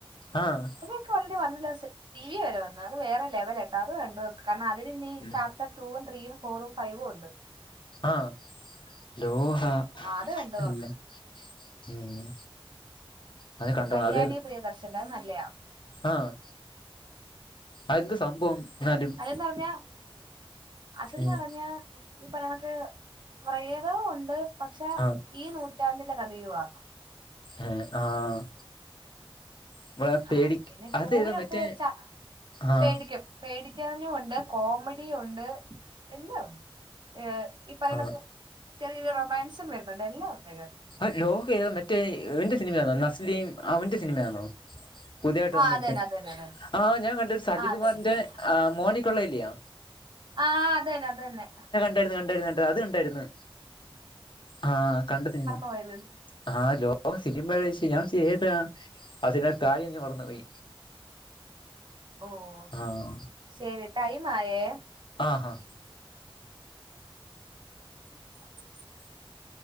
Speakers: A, on the left; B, on the right.
A: ആഹ്
B: ക്കോൾറെഡി വന്നല്ലോ സ് ടി വി വെരെ വന്നു വേറെ ലെവലട്ടോ അത്കണ്ടോക്ക് കാരണം അതിന് ഇ ചാത്തൻ
A: ആഹ്
B: ടൂവും, ത്രീയും, ഫോറും, ഫൈവുണ്ട്.
A: ആഹ് ലോഹ
B: ആ അത് കണ്ടു
A: പിന്നേ
B: നോക്ക്
A: ഉം അത് കണ്ടോ
B: അ കല്യാണിപ്രിയദർശൻ
A: അത്
B: അത് നല്ലേയാ.
A: ആഹ് അയെന്ത് സംഭവം ഇന്നാലും
B: അതെന്നറഞ്ഞാ അത് ന്ന്പറഞ്ഞ
A: ഉം
B: ഈപറയണക്ക്‌ പ്രേതവും ഉണ്ട് പക്ഷെ
A: ആഹ്
B: ഈ നൂറ്റാണ്ടിലെകഥയുവാ
A: എഹ് ആഹ് നമ്മളെ പേടി
B: ആഹ് പിന്നെ
A: അതേതാ
B: ടുവിനത്ത്
A: മറ്റേ
B: ച
A: ആഹ്
B: പേടിക്കും. പേടിക്കാനുംഒണ്ട് കോമഡിയുംഒണ്ട് എല്ലം ഒണ്ട് ഏഹ് ഈ പറയ്ണൊക്ക്
A: ആഹ്
B: ചെറിയൊരു റൊമാൻസുംവെരുന്നുണ്ട് എല്ലാം ഉണ്ടഅയ്നകത്.
A: ആ ലോഹ ഏതാ മറ്റേഇവന്റെ സിനിമയാന്നോ നസ്ലിം അവന്റെ സിനിമയാന്നോ? പുതിയായിട്ട്
B: ആ
A: വന്ന്
B: അതന്നെ
A: ഒരുത്തൻ
B: അതന്നെ അതന്നെ
A: ആഹ് ഞാൻ കണ്ട് സലികുമാറിന്റെ
B: ആ അതന്നെ
A: ആഹ് മോനിക്കുള്ളല്ലിയോ?
B: ആഹ് അതെന്നെ അതെന്നെ.
A: കണ്ടാരുന്നു, കണ്ടാരുന്നു, കണ്ടാരുന്നു അത്കണ്ടാരുന്നു ആഹ് കണ്ടസിനിമ
B: പയ്ത്
A: ആഹ് ലോകസിനിമച്ച ഞാൻച്ചു ഏതാ അതിനൊരുകാര്യം ഞാൻ മറന്നുപോയി.
B: ഓഹ്
A: ആഹ്
B: ശെരി ടൈമായേ.
A: ആഹാ
B: <inaudible>